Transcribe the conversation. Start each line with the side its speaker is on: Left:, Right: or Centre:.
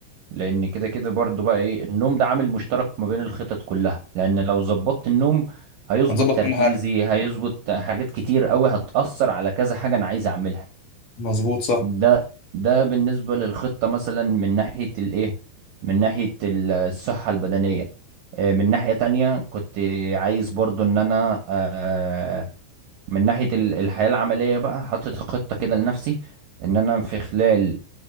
Right: لان كده كده برضو بقى ايه النوم ده عامل مشترك ما بين الخطط كلها لان لو ظبطت النوم هيظبط
Left: هنظبط
Right: تركيزي
Left: كل حاجة
Right: هيظبط حاجات كتير قوي هتأثر على كذا حاجة انا عايز اعملها
Left: مظبوط صح
Right: ده ده بالنسبة للخطة مثلا من ناحية الايه من ناحية ال- الصحة البدنية آه، من ناحية تانية كنت عايز برضو ان انا آه، من ناحية ال- الحياة العملية بقى حاطط خطة كده لنفسي ان انا في خلال